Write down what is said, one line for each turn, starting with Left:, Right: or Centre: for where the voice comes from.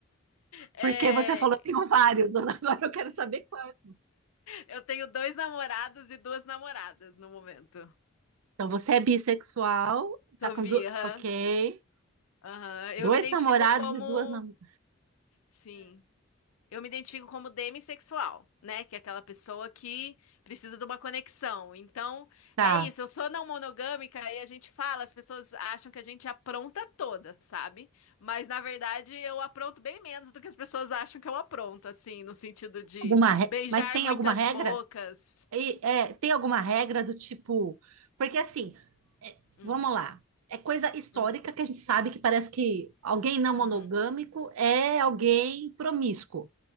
Left: É,
Right: Porque você falou que tem vários, <laughs> agora eu quero saber quantos.
Left: eu tenho dois namorados e duas namoradas no momento.
Right: Então você é bissexual, tá
Left: Sou
Right: com
Left: bi,
Right: du...
Left: aham.
Right: Ok.
Left: Aham. Eu
Right: Dois
Left: me identifico
Right: namorados
Left: como.
Right: e duas namoradas.
Left: Sim. Eu me identifico como demissexual, né? Que é aquela pessoa que precisa de uma conexão. Então,
Right: tá.
Left: é isso. Eu sou não monogâmica e a gente fala, as pessoas acham que a gente apronta toda, sabe? Mas, na verdade, eu apronto bem menos do que as pessoas acham que eu apronto, assim, no sentido de
Right: Alguma re-
Left: beijar
Right: Mas tem
Left: muitas
Right: alguma regra?
Left: bocas.
Right: E, é, tem alguma regra do tipo. Porque assim, é,
Left: Hum,
Right: vamos lá. É coisa histórica
Left: hum,
Right: que a gente sabe que parece que alguém não monogâmico
Left: uhum.
Right: é alguém promíscuo.